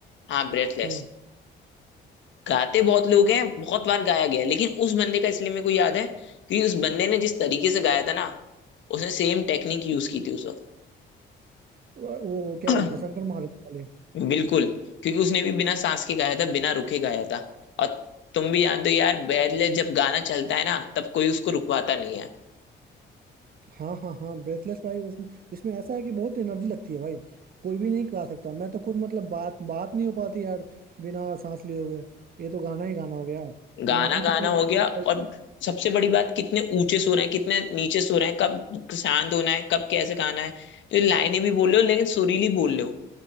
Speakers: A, on the left; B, on the right.
A: हाँ ब्रेथलेस
B: हाँ
A: गाते बहुत लोग हैं बहुत बार गाया गया है लेकिन उस बंदे का इसलिए मेरे को याद है कि उस बंदे ने जिस तरीके से गाया था ना उसने सेम टेक्निक यूज की थी उस वक्त
B: वो वो क्या
A: <clears throat>
B: बोलते हैं शंकर महादेव वाले
A: बिल्कुल क्योंकि उसने भी बिना सांस के गाया था बिना रुके गाया था और तुम भी याद हो यार बैरले जब गाना चलता है ना तब कोई उसको रुकवाता नहीं है
B: हाँ हाँ हाँ ब्रेथलेस भाई इसमें इसमें ऐसा है कि बहुत एनर्जी लगती है भाई कोई भी नहीं गा सकता मैं तो खुद मतलब बात बात नहीं हो पाती यार बिना सांस लिए हुए ये तो गाना ही गाना हो गया
A: गाना
B: एनर्जी
A: गाना
B: कितनी लगती
A: हो गया
B: है भाई
A: और सबसे बड़ी बात कितने ऊंचे सुर हैं कितने नीचे सुर हैं कब शांत होना है कब कैसे गाना है तो ये लाइनें भी बोल रहे हो लेकिन सुरीली बोल रहे हो